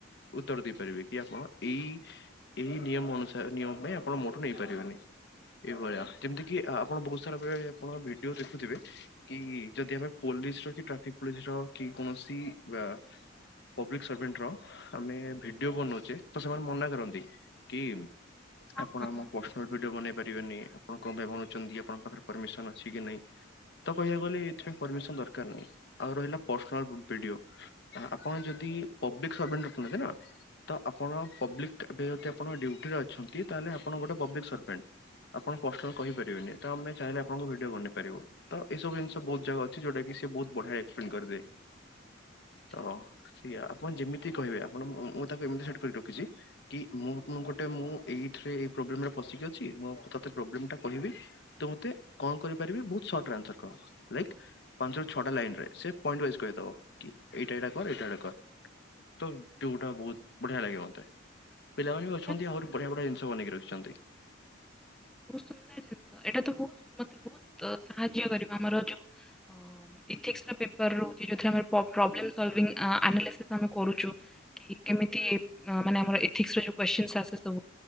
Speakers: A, on the left; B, in the centre.
A: ଉତ୍ତର ଦେଇପାରିବେ କି ଆପଣ ଏଇ ଏଇ ନିୟମ ଅନୁସାରେ ନିୟମ ପାଇଁ ଆପଣ ମୋଠୁ ନେଇ ପାରିବେନି। ଏଇଭଳିଆ କେମତି କି ଆପଣ ବହୁତ ସାରା ବଳେ ଆପଣ ଭିଡ଼ିଓ ଦେଖୁଥିବେ କି ଯଦି ଆମେ ପୋ ପୋଲିସର କି ଟ୍ରାଫିକ ପୋଲିସର କି କୌଣସି ଆ ପବ୍ଲିକ୍ ସର୍ଭେଣ୍ଟର ଆମେ ଭିଡ଼ିଓ ବନଉଛେ ତ ସେମାନେ ମନା କରନ୍ତି କି ଆପଣ
B: ହଁ
A: ଆମ
B: ହଁ
A: ପର୍ସନାଲ ଭିଡ଼ିଓ ବନେଇ ପାରିବେନି ଆପଣ କଣ ପାଇଁ ବଉଛନ୍ତି ଆପଣଙ୍କ ପାଖରେ ପରମିସନ ଅଛି କି ନାଇଁ? ତ କହିବାକୁ ଗଲେ ଏଥିପାଇଁ ପରମିସନ ଦରକାର ନାହିଁ ଆଉ ରହିଲା ପର୍ସନାଲ ଭିଡ଼ିଓ ଆ ଆପଣ ଯଦି ପବ୍ଲିକ ସରଭେଣ୍ଟ ଅଛନ୍ତି ନା ତ ଆପଣ ପବ୍ଲିକ ଏବେ ଯଦି ଆପଣ ଡ୍ୟୁଟିରେ ଅଛନ୍ତି ତାହେଲେ ଆପଣ ଗୋଟେ ପବ୍ଲିକ ସର୍ଭେଣ୍ଟ। ଆପଣ ପର୍ସନାଲ କହିପାରିବେନି ତ ଆମେ ଚାହିଁଲେ ଆପଣଙ୍କ ଭିଡ଼ିଓ ବନେଇ ପାରିବୁ ତ ଏଇବୁ ଜିନିଷ ବହୁତ ଜାଗା ଅଛି ଯୋଉଟା କି ସେ ବହୁତ ବଢ଼ିଆ ଏକ୍ସପ୍ଲେନ୍ କରିଦିଏ।
B: ଆଚ୍ଛା
A: ତ ଯଦି ଆପଣ ଯେମିତି କହିବେ ଆପଣ ମୁଁ ତାକୁ ଏମିତି ସେଟ୍ କରି ରଖିଛି କି ମୁଁ ମୁଁ ଗୋଟେ ମୁଁ ଏ ଏଇଥିରେ ଆଇ ପ୍ରବ୍ଲେମ୍ ରେ ଫସିକି ଅଛି ମୁଁ ଆଉ ତତେ ପ୍ରବ୍ଲେମ୍ ଟା କହିବି ତୁ ମତେ କଣ କରିପାରିବି ବୋ ପଟରେ ଆନସାର କହ ଲାଇକି ପାଞ୍ଚରୁ ଛଅଟା ଲାଇନରେ ସେ ପଏଣ୍ଟ ୱାଇଜ କହିଦବ କି ଏଇଟା ଏଟା <unintelligible> ଯେଉଟା ବହୁତ ବଢିଆ ଲାଗେ ମତେ। ପିଲାମାନେ ବି ଅଛନ୍ତି
B: ଯାହା
A: ଆହୁରି ବଢିଆ ବଢିଆ ଜିନିଷ ବନେଇକି ରଖିଛନ୍ତି।
B: ବହୁତ ସୁନ୍ଦର ଜିନିଷ ଏଇଟା ତ ବହୁତ ମତେ ବହୁତ ସାହାଯ୍ୟ କରିବ ଆମର ଯୋଉ ଉ ହଁ। ଇଥିକ୍ସର ପେପର ରହୁଛି ଯଉଥିରେ ଆମ ପ-ପ୍ର-ପ୍ରୋବ୍ଲେମ୍ ସଲ୍ଭିଇଂ ଆ ଆନାଲିସିସ୍ ଆମେ କରୁଛୁ କି କେମି ତି ଉଁ ମାନେ ଆମର ଏଥିକ୍ସ ର ଯଉ କୋଷ୍ଚିନ୍ ଆସେ ସବୁ